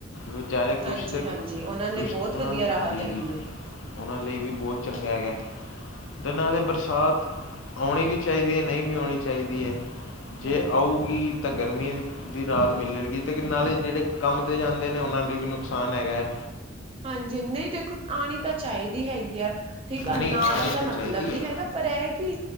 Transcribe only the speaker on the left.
ਵਿਚਾਰੇ ਕੁਛ
ਤੇ
ਕੁਸ਼
ਉਨਾਂ
ਨੂੰ,
ਜੀ-
ਜੀ।
ਉਹਨਾਂ ਲਈ ਵੀ, ਬਹੁਤ ਚੰਗਾ ਹੈਗਾ। ਤੇ ਨਾਲ ਇਹ ਬਰਸਾਤ ਆਉਣੀ ਵੀ ਚਾਹੀਦੀ ਹੈ। ਨਹੀਂ ਵੀ ਆਉਣੀ ਚਾਹੀਦੀ ਹੈ। ਜੇ
ਆਊਗੀ। ਤਾਂ ਗਰਮੀ ਦੀ ਰਾਤ ਮਿਲੇਗੀ, ਤੇ ਨਾਲੇ ਜਿਹੜੇ ਕੰਮ ਤੇ ਜਾਂਦੇ ਨੇ, ਉਹਨਾਂ ਲਈ ਵੀ ਨੁਕਸਾਨ ਹੈਗਾ ਹੈ।
ਨਹੀਂ
ਆਉਣੀ
ਚਾਹੀਦੀ
ਹੈ